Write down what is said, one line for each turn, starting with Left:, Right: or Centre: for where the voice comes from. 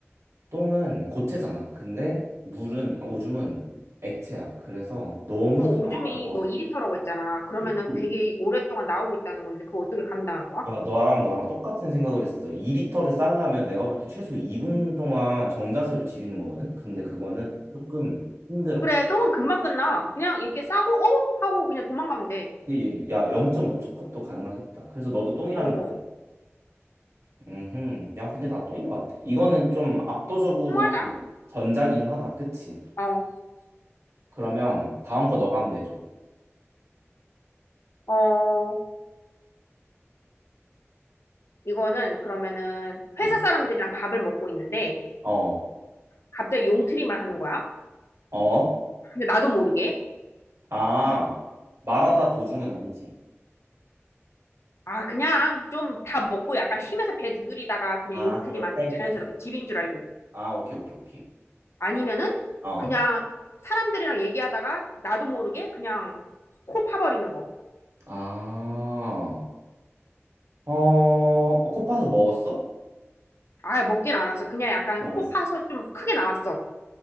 Right: 똥은 고체잖아. 근데 물은 아, 오줌은 액체야. 그래서 너무
Left: 또
Right: 당황한
Left: 오줌이
Right: 거야.
Left: 너 2리터라고 했잖아. 그러면은
Right: 그치.
Left: 되게 오랫동안 나오고 있다는 건데 그거 어떻게 감당할 거야?
Right: 야, 너랑 너랑 똑같은 생각을 했어. 2리터를 쌀려면 내가 볼 때 최소 2분 동안 정자세로 지리는 거거든. 근데 그거는 조금 힘들어.
Left: 그래 똥은 금방 끝나. 그냥 이렇게 싸고 어 하고 그냥 도망가면 돼.
Right: 이 야, 0.5초 컷도 가능하겠다. 그래서 너도 똥이라는
Left: 어
Right: 거지. 음, 야, 근데 나 똥인 것 같아. 이거는 좀 압도적으로
Left: 통하자.
Right: 전작이긴 하다. 그치?
Left: 어
Right: 그러면 다음 거 너가 한번 내줘.
Left: 어 이거는 그러면은
Right: 어,
Left: 회사 사람들이랑 밥을 먹고 있는데
Right: 어,
Left: 갑자기 용트림을 하는 거야.
Right: 어?
Left: 근데 나도 모르게.
Right: 아, 말하다 도중은 아니지.
Left: 아, 그냥 좀 다 먹고 약간 쉬면서 배 두드리다가 그냥
Right: 아,
Left: 용트리만
Right: 그럴 때?
Left: 하고
Right: 오케이.
Left: 자연스럽게 집인 줄 알고.
Right: 아, 오케이, 오케이, 오케이.
Left: 아니면은
Right: 어?
Left: 그냥 사람들이랑 얘기하다가 나도 모르게 그냥 코 파버리는 거.
Right: 아, 어, 코 파서 먹었어?
Left: 아, 먹진 않았어. 그냥 약간
Right: 남았어.
Left: 코 파서 좀 크게 나왔어.